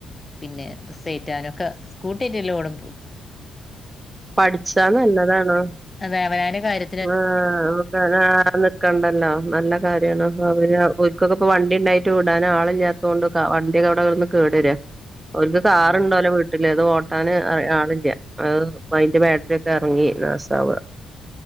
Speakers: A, on the left (about 25°); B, on the right (about 20°).
A: പിന്നെ ബസ്സെയ്റ്റാനൊക്കെ സ്കൂട്ട്യേറ്റ് എല്ലോടൊ പോവും
B: പഠിച്ചാ നല്ലതാണ്
A: അതെ അവനാന് കാര്യ
B: ആഹ് <unintelligible> ക്കണ്ടല്ലോ നല്ല കാര്യാണ് അവര് ഓൽക്കൊക്കപ്പ വണ്ടിണ്ടായിട്ട് വിടാൻ ആളില്ല്യ തോണ്ട് ക വണ്ട്യൊക്കെ അവ്ടെ നിന്ന് കേടെരാ അവർക്ക് കാറിണ്ടോലെ
A: ആഹ്
B: വീ ട്ടില്ല അത് ഓട്ടാൻ അ ആളില്ല അത് അയിന്റെ ബാറ്ററി ഒക്കെ എർങ്ങി നാസാവ